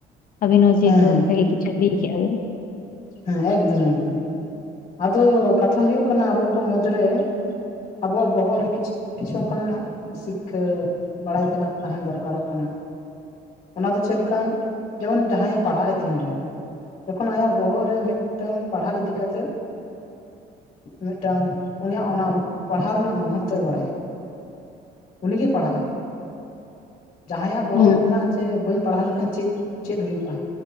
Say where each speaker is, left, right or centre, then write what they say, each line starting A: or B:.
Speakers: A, on the left; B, on the left.
A: ᱟᱵᱤᱱ ᱦᱚᱸ ᱡᱮᱦᱮᱛᱩ
B: ᱦᱮᱸ ᱦᱮᱸ ᱦᱮᱸ
A: ᱚᱱᱠᱟᱜᱮ ᱠᱤᱪᱷᱩ ᱞᱟᱹᱭ ᱠᱮᱼᱟ ᱵᱤᱱ
B: ᱦᱮᱸ ᱮᱠᱫᱚᱢ ᱮᱠᱫᱚᱢ ᱟᱫᱚ ᱠᱟᱛᱷᱟ ᱦᱩᱭᱩᱜ ᱠᱟᱱᱟ ᱟᱵᱚ ᱠᱚ ᱢᱩᱫᱽ ᱨᱮ ᱟᱵᱚᱣᱟᱜ ᱵᱚᱦᱚᱜ ᱨᱮ ᱠᱤᱪᱷᱩ ᱠᱤᱪᱷᱩ ᱚᱱᱠᱟ ᱱᱟᱜ ᱥᱤᱠᱠᱷᱟ ᱵᱟᱲᱟᱭ ᱛᱮᱱᱟᱜ ᱛᱟᱦᱮᱸ ᱫᱚᱨᱠᱟ ᱨᱚᱜ ᱠᱟᱱᱟ ᱚᱱᱟ ᱫᱚ ᱪᱮᱫ ᱞᱮᱠᱟ ᱡᱮᱢᱚᱱ ᱡᱟᱦᱟᱸᱭᱮ ᱯᱟᱲᱦᱟᱜᱼᱟ ᱛᱤᱱᱨᱮ ᱡᱚᱠᱷᱚᱱ ᱟᱭᱟᱜ ᱵᱚᱦᱚᱜ ᱨᱮ ᱢᱤᱫ ᱴᱟᱝ ᱯᱟᱲᱦᱟᱜ ᱤᱫᱤ ᱠᱟᱛᱮᱫ ᱢᱤᱫᱴᱟᱝ ᱩᱱᱤᱭᱟᱜ ᱚᱱᱟ ᱯᱟᱲᱦᱟᱣ ᱨᱮᱱᱟᱜ ᱢᱚᱦᱚᱛᱛᱚᱭ ᱵᱟᱲᱟᱭᱟ ᱩᱱᱤᱜᱮ ᱯᱟᱲᱦᱟᱜᱼ ᱟᱭ ᱡᱟᱦᱟᱸᱭᱟᱜ ᱵᱚᱦᱚᱜ
A: ᱦᱩᱸ
B: ᱨᱮ ᱢᱮᱱᱟᱜᱼᱟ ᱡᱮ ᱡᱮ ᱵᱟᱹᱧ ᱯᱟᱲᱦᱟᱣ ᱞᱮᱱᱠᱷᱟᱱ ᱪᱮᱫ ᱪᱮᱫ ᱦᱩᱭᱩᱜᱼᱟ